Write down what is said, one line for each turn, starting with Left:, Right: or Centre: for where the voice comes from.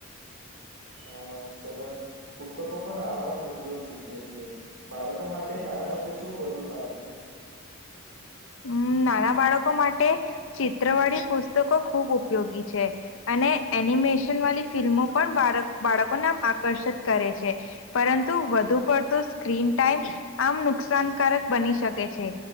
Right: હા, સરસ. પુસ્તકો પણ આવા જ મૂલ્યો શીખવે છે. બાળકો માટે ત તારા મતે શું વધુ સારું છે?
Left: <inaudible> અમ નાના બાળકો માટે ચિત્રવાળી પુસ્તકો ખુબ ઉપયોગી છે અ અને એનિમેશન વાલી ફિલ્મો પણ બારક-બાળકોને આકર્ષિત કરે છે. પરંતુ વધુ પડતો સ્ક્રીન ટાઈમ, આમ નુકસા નુકસાનકારક બની શકે છે